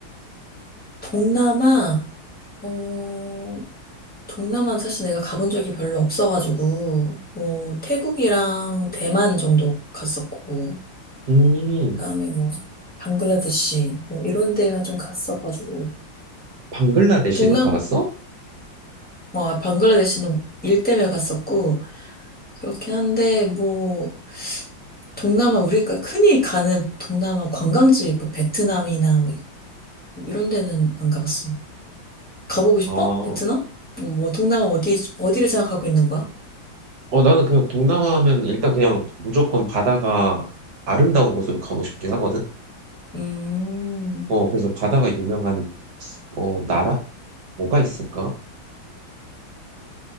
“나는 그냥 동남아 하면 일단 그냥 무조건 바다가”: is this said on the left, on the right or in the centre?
Right